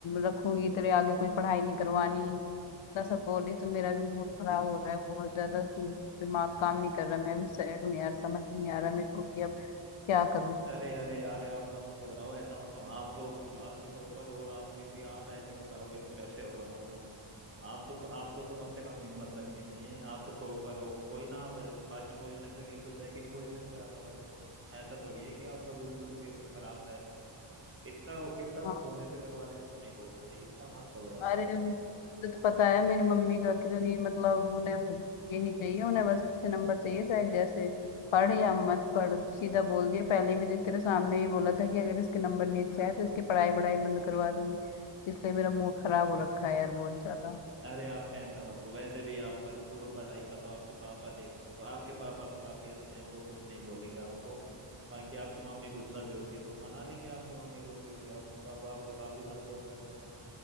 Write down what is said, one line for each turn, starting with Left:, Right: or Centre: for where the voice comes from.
Left: रखूंगी तेरे आगे कोई पढ़ाई नहीं करवानी इतना सब बोली तो मेरा भी मूड खराब हो रहा है बहुत ज्यादा दिमाग काम नहीं कर रहा मैं भी सैड हूँ यार समझ नहीं आ रहा मेरे को कि अब क्या करूँ
Right: अरे अरे अरे आप मत घबराओ ऐसा मतलब आप तो क्लास के टॉपर हो और आप फिर भी आप ऐसे घबराओगे तो कैसे होगा मतलब आप तो आपको तो कम से कम हिम्मत रखनी चाहिए आप तो टॉपर हो कोई ना आप फर्स्ट पोजीशन पे नहीं तो सेकंड पोजीशन पे आ जाओगे ऐसा थोड़ी है कि आपका बिल्कुल ही पेपर खराब जाएगा इतना इतना कुछ
Left: हाँ
Right: होने से घर वाले कुछ नहीं बोलते इतना मत घबराओ
Left: अरे
Right: आप
Left: तुझे तो पता है मेरी मम्मी का कितनी मतलब उन्हें ये नहीं चाहिए उन्हें बस अच्छे नंबर चाहिए चाहे जैसे पढ़ या मत पढ़ सीधा बोल दिया पहले भी देख तेरे सामने ही बोला था कि अगर इसके नंबर नहीं अच्छे आए तो इसकी पढ़ाई बढ़ाई बंद करवा दूंगी इसलिए मेरा मूड खराब हो रखा है यार बहुत ज्यादा
Right: अरे आप टेंशन मत लो वैसे भी आपका पूरा पढ़ाई का तो आपके पापा देखते हैं तो आपके पापा तो काफी अच्छे हैं वो कुछ नहीं बोलेंगे आपको बाकी आपकी मम्मी गुस्सा भी होती है तो वो मना लेंगे आपकी मम्मी को क्योंकि आपके पापा आपको काफी सपोर्ट करते हैं